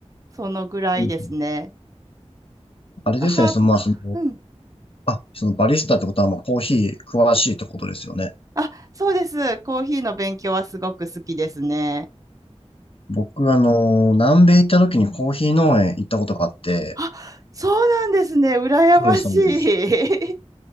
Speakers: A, on the right; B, on the left.
A: そのぐらいですね。
B: うんうん
A: ちょっとは、
B: あれですね、その、まあ、その、
A: うん。
B: あ、そのバリスタってことはもうコーヒー詳しいってことですよね。
A: あ、そうです。コーヒーの勉強はすごく好きですね。
B: 僕、あの、南米行った時にコーヒー農園行ったことがあって、
A: あ、そうなんですね。羨ましい。
B: そうです、そうです。
A: <laughs>